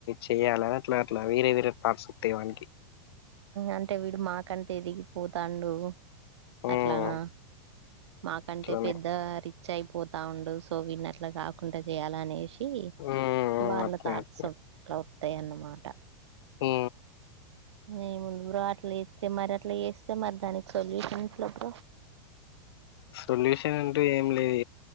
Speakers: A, on the left; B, on the right.
A: చేయాలి అట్లా అట్లా ఇడే్ అంతేవానికి
B: అంటే వీడు మాకంటే ఎదిగిపోతాండు అట్లానా
A: మ్
B: మాకంటే
A: అట్లనే
B: పెద్ద రిచ్ అయిపోతా ఉండు సో వీన్నట్లా కాకుండా చేయాలి అనేసి
A: హ్మ్
B: వాళ్ళ
A: అట్లే
B: థాట్స్
A: అట్లే
B: అట్ల వత్తయి అన్నమాట
A: ఆ
B: నిముందు బ్రో అట్లా ఇస్తే మరి అట్లా చేస్తే మరి దానికి సొల్యూషన్ ఎట్లప్ప
A: సొల్యూషన్ అంటూ ఏం లేదు